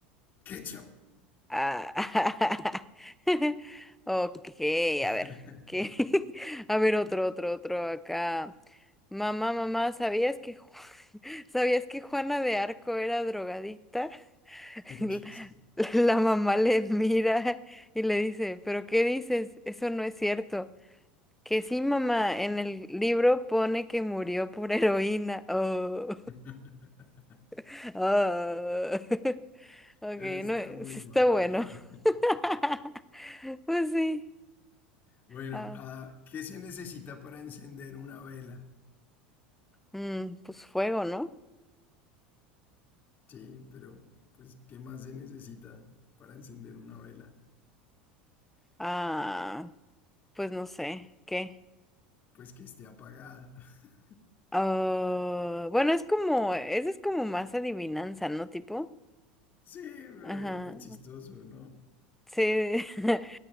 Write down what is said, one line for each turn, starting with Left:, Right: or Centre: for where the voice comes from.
Left: Ketchup.
Centre: Ah. <laughs> Ok,
Left: <laughs>
Centre: a ver. ¿Qué? <laughs> A ver, otro, otro, otro acá. Mamá, mamá, ¿sabías que, Ju- <laughs> ¿sabías que Juana de Arco era drogadicta? <laughs> La
Left: Ketchup.
Centre: la mamá le mira y le dice, ¿pero qué dices? Eso no es cierto. Que sí, mamá, en el libro pone que murió por heroína. Oh,
Left: <laughs>
Centre: <laughs> oh. <laughs> Ok,
Left: Está
Centre: no,
Left: muy
Centre: sí
Left: mal.
Centre: está bueno.
Left: <laughs>
Centre: <laughs> Pues sí.
Left: Bueno,
Centre: Ah,
Left: ah, ¿qué se necesita para encender una vela?
Centre: mm, pues fuego, ¿no?
Left: Sí, pero pues ¿qué más se necesita para encender una vela?
Centre: Ah, pues no sé, ¿qué?
Left: Pues que esté apagada. <laughs>
Centre: Ah, bueno, es como, ese es como más adivinanza, ¿no? Tipo.
Left: Sí, pero
Centre: Ajá.
Left: es chistoso, ¿no?
Centre: Sí. <laughs>